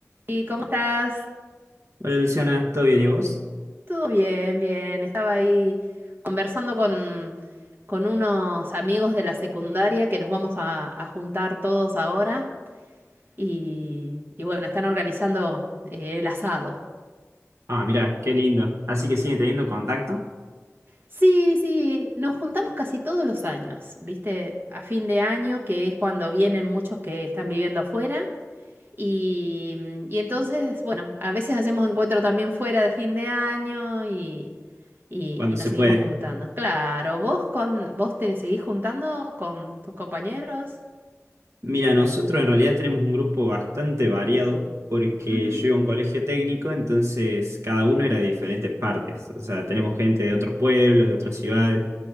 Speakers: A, on the right; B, on the right.
A: ¿Y cómo estás?
B: Hola Luciana, ¿todo bien y vos?
A: Todo bien, bien. Estaba ahí conversando con, con unos amigos de la secundaria que nos vamos a, a juntar todos ahora y, y bueno, están organizando eh, el asado.
B: Ah, mirá, qué lindo. Así que siguen teniendo contacto
A: Sí, sí, nos juntamos casi todos los años, ¿viste? A fin de año, que es cuando vienen muchos que están viviendo afuera Y, mm, y entonces, bueno, a veces hacemos encuentro también fuera de fin de año y, y-
B: cuando
A: y nos
B: se
A: seguimos
B: puede.
A: juntando. Claro, vos con, vos te seguís juntando con tus compañeros.
B: Mira, nosotros en realidad tenemos un grupo bastante variado porque
A: Ujú,
B: yo iba a un colegio técnico, entonces cada uno era de diferentes partes. O sea, tenemos gente de otros pueblos, de otras ciudades.